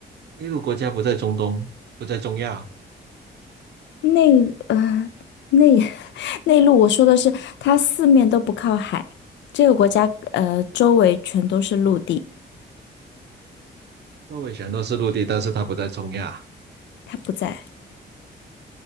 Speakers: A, on the right (about 65°); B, on the left (about 80°).
A: 内陆国家不在中东，不在中亚，
B: 内呃内 <laughs> 内陆，我说的是它四面都不靠海，这个国家呃周围全都是陆地，
A: 诺维全都是陆地，但是它不在中亚，
B: 它不在